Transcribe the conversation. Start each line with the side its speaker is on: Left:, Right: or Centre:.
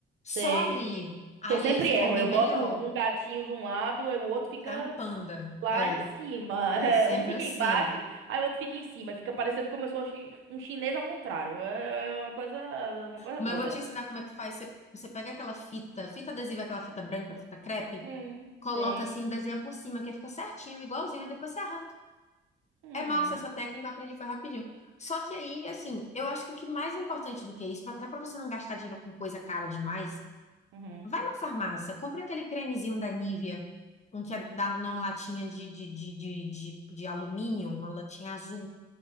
Left: Só
Right: sei.
Left: ali. Aí
Right: Que eu sempre
Left: aí ficou
Right: erro.
Left: bem
Right: Eu boto
Left: melhor.
Right: um gatinho de um lado e o outro fica.
Left: Tá um panda.
Right: Lá
Left: É,
Right: em cima. É,
Left: é sempre
Right: um fica
Left: assim.
Right: embaixo, aí o outro fica em cima. Fica parecendo como eu sou chi- um chinês ao contrário. É, é uma coisa, uma coisa
Left: Mas
Right: doida.
Left: eu vou te ensinar como é que faz. Você, você pega aquela fita, fita adesiva, aquela fita branca, fita crepe,
Right: Hum.
Left: coloca
Right: Tenho.
Left: assim, desenha por cima, que fica certinho, igualzinho, e depois você arranca.
Right: Hum.
Left: É massa essa técnica, eu aprendi foi rapidinho. Só que aí, assim, eu acho que o que mais é importante do que isso, até pra você não gastar dinheiro com coisa cara demais,
Right: Uhum.
Left: Vai na farmácia, compra aquele cremezinho da Nivea, um que é da, numa latinha de, de, de, de, de, de alumínio, uma latinha azul.